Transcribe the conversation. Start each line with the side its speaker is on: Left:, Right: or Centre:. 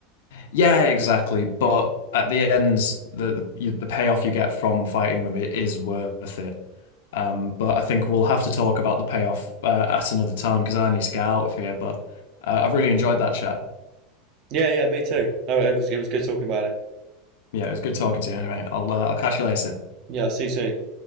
Left: Yeah, exactly. But at the end, the the, you, the payoff you get from fighting them it is worth it. Um, but I think we'll have to talk about the payoff uh, at another time because I need to get out of here. But uh, I've really enjoyed that chat.
Right: Yeah, yeah, me too. No, it was it was good talking about it.
Left: Yeah, it was good talking to you. Anyway, I'll uh, I'll catch you later.
Right: Yeah, see you soon.